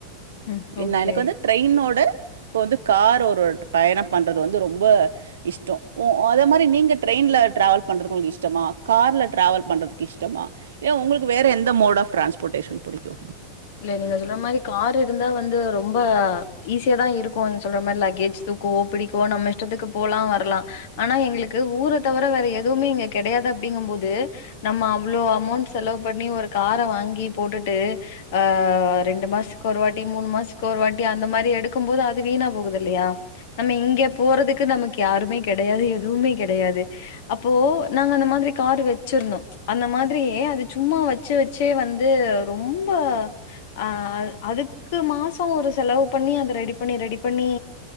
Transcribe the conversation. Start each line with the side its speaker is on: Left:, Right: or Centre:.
Left: ம்
Right: எனக்கு
Left: ஓகே
Right: வந்து ட்ரெயினோட இப்ப வந்து கார் ஒரு பயண பண்றது வந்து ரொம் ப இஷ்டொ ஓ அதே மாரி நீங்க ட்ரெயின்ல ட்ராாவல் பண்றது உங்களுக்கு இஷ்டமா கார்ல டிராவல் பண்றதுக்கு இஷ்டமா ஏ உங்களுக்கு வேற எந்த மோட் ஆஃப் டிரான்ஸ்போர்டேஷன் புடிக்கு
Left: இல்ல நீங்க சொல்ற மாரி கார் இருந்தா வந்து ரொம்ப ஈஸியா தா இருக்கு நீங்க சொல்ற மாரி லக்கேஜ் தூக்கவோ பிடிக்கவோ நம்ம இஷ்டத்துக்கு போலா வரலா ஆனா எங்களுக் கு ஊர தவிர வேற எதுவுமே இங்க கெடையாது அப்படிங்கும் போது நம்ம அவ்ளோ அமௌண்ட் செலவு பண்ணி ஒரு கார வாங்கி போட்டுட்டு ஆ ரெண்டு மாசத்துக்கு ஒரு வாட்டி மூணு மாசத்துக்கு ஒரு வாட்டி அந்த மாரி எடுக்கும் போது அது வீணா போகுது இல்லையா நம்ம இங்க போறதுக்கு நமக்கு யாருமே கெடையாது எதுமே கெடையாது அப்போ நாங்க அந்த மாதிரி காரு வச்சிருந்தோ அந்த மாதிரியே அது சும்மா வச்சு வச்சே வந்து ரொம்ப அ அதுக்கு மாசோ ஒரு செலவு பண்ணி அத ரெடி பண்ணி ரெடி பண்ணி